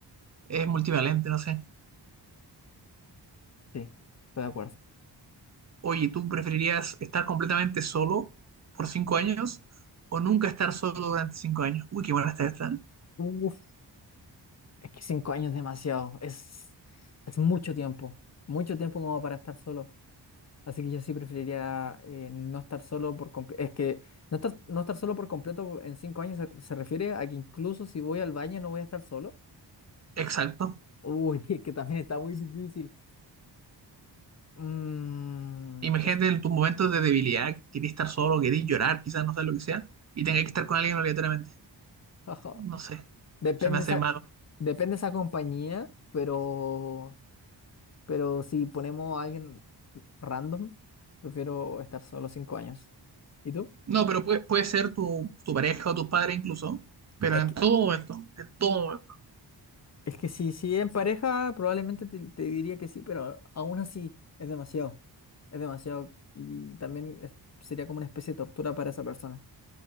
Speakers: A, on the right; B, on the left.
A: es multivalente, no sé.
B: Sí, estoy de acuerdo.
A: Oye, ¿tú preferirías estar completamente solo por cinco años o nunca estar solo durante cinco años? Uy, qué buena está esta. ¿eh?
B: Uf, es que cinco años es demasiado. Es, es mucho tiempo. Mucho tiempo como para estar solo. Así que yo sí preferiría eh, no estar solo por completo. Es que no estar, no estar solo por completo en cinco años se, se refiere a que incluso si voy al baño no voy a estar solo.
A: Exacto.
B: Uy, <laughs> es que también está muy difícil. Mm,
A: Imagínate
B: es-
A: en tus momentos de debilidad, que querías estar solo, querías llorar, quizás no sé lo que sea, y tengas que estar con alguien obligatoriamente.
B: <laughs>
A: No sé,
B: Depende
A: se me hace
B: esa,
A: malo.
B: depende esa compañía, pero, pero si ponemos a alguien random, prefiero estar solo cinco años. ¿Y tú?
A: No, pero puede, puede ser tu, tu pareja o tu padre incluso, pero
B: Es
A: en
B: que,
A: todo momento, en todo momento.
B: es que si, si en pareja, probablemente te, te diría que sí, pero aún así es demasiado. Es demasiado y también es- sería como una especie de tortura para esa persona.